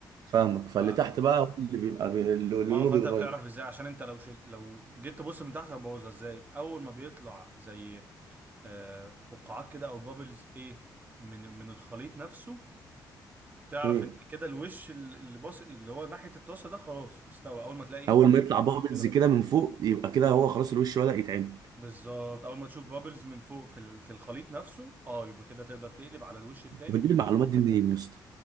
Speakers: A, on the right; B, on the right.
A: فاهمك فاللي
B: ف...
A: تحت بقى هو اللي بيبقى بي... اللي اللي
B: اه
A: لونه
B: فانت
A: بيتغير
B: بتعرف ازاي عشان انت لو شل... لو جيت تبص من تحت هبوظها ازاي اول ما بيطلع زي آه، فقاعات كده او بابلز ايه من من الخليط نفسه تعرف
A: امم
B: ان كده الوش اللي باص اللي هو ناحيه الطاسه ده خلاص استوى اول ما تلاقي
A: اول
B: بابلز
A: ما يطلع بابلز
B: كتير كده بتطلع
A: كده من فوق يبقى كده هو خلاص الوش بدأ يتعمل
B: بالظبط اول ما تشوف بابلز من فوق في ال- في الخليط نفسه اه يبقى كده تقدر تقلب على الوش التاني
A: انت بتجيب المعلومات دي منين يا اسطى